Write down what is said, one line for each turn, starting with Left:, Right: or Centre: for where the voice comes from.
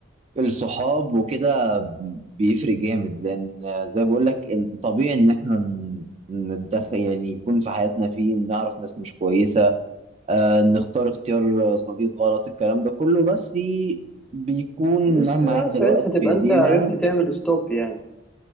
Right: الصحاب وكده بيفرق جامد لان زي ما بقول لك طبيعي ان احنا ن- نتدخل يعني يكون في حياتنا في نعرف ناس مش كويسة آه، نختار اختيار آه، صديق غلط الكلام ده كله بس في بيكون
Centre: بس
Right: مهما عدى
Centre: ساعتها
Right: الوقت
Centre: تبقى
Right: في ايدينا
Centre: انت عرفت تعمل ستوب يعني